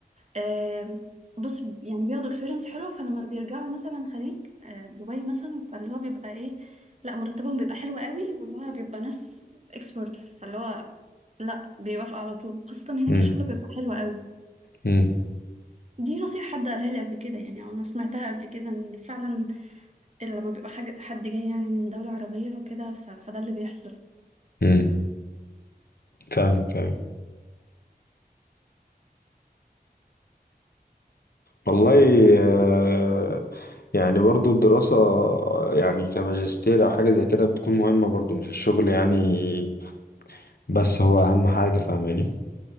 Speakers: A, on the right; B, on the left.
A: آم، بص يعني بياخدوا اكسبيرينس حلو فلما بيرجعوا مثلا خليج آه، دبي مثلا فاللي هو بيبقى ايه لا مرتبهم بيبقى حلو قوي واللي هو بيبقى ناس اكسبرت فاللي هو لا بيوافق على طول خاصة هناك
B: امم
A: الشغل بيبقى حلو قوي
B: امم
A: دي نصيحة حد قالها لي قبل كده يعني أو أنا سمعتها قبل كده إن فعلا لما بيبقى حاجة حد جاي يعني من دولة عربية وكده ف- فده اللي بيحصل
B: امم فاهم فاهم والله آه، يعني برضو الدراسة يعني كماجستير أو حاجة زي كده بتكون مهمة برضو مش الشغل يعني بس هو أهم حاجة فاهماني